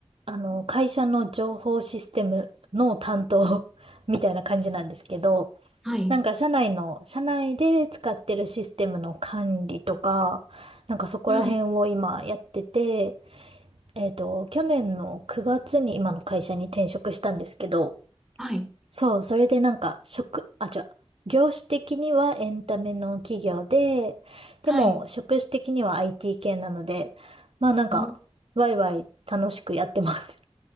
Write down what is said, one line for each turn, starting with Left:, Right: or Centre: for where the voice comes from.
Right: あの、会社の情報システムの担当 <laughs> みたいな感じなんですけど、
Centre: はい。
Right: なんか社内の、社内で使ってるシステムの管理とか、なんかそこら辺を今やってて、
Centre: うん。
Right: えっと、去年の9月に今の会社に転職したんですけど、
Centre: はい。
Right: そう、それでなんか、職、あ、違う、業種的にはエンタメの企業で、でも、
Centre: はい。
Right: 職種的には IT 系なので、まあなんか、
Centre: うん。
Right: ワイワイ楽しくやってます。